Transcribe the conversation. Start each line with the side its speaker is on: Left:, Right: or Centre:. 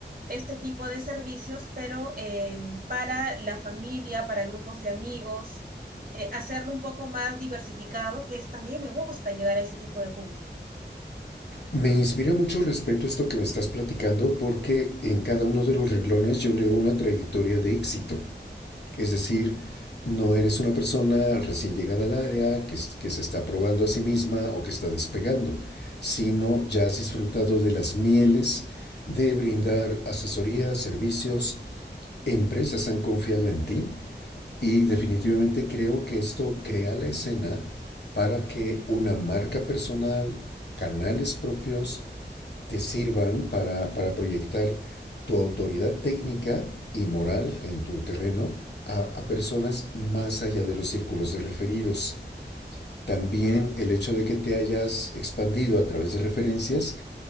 Right: este tipo de servicios, pero eh, para la familia, para grupos de amigos, eh, hacerlo un poco más diversificado, que es también me gusta llegar a ese tipo de público.
Left: Me inspira mucho respeto esto que me estás platicando porque en cada uno de los renglones yo leo una trayectoria de éxito. Es decir, no eres una persona recién llegada al área que, es- que se está probando a sí misma o que está despegando, sino ya has disfrutado de las mieles de brindar asesoría, servicios, empresas han confiado en ti Y definitivamente creo que esto crea la escena para que una marca personal, canales propios, te sirvan para, para proyectar tu autoridad técnica y moral en tu terreno a, a personas más allá de los círculos de referidos. También el hecho de que te hayas expandido a través de referencias